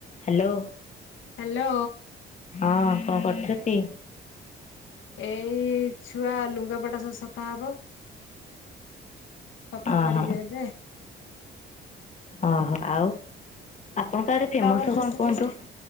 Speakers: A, on the left; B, on the left.
A: Hello.
B: Hello.
A: ହଁ କଣ କରୁଛନ୍ତି?
B: ଏଇ ଛୁଆ ଲୁଙ୍ଗାପଟା ସବୁ ସଫା ହବ। ସଫା
A: ଓହୋ
B: କରିବି ଏବେ।
A: ଓହୋ ଆଉ। ଆପଣଙ୍କ ଆଡେ
B: ଆଉ
A: ଫେମସ
B: ତାପରେ ଡ୍ରେସିଂ
A: କଣ କୁହନ୍ତୁ?
B: ମେସିନ୍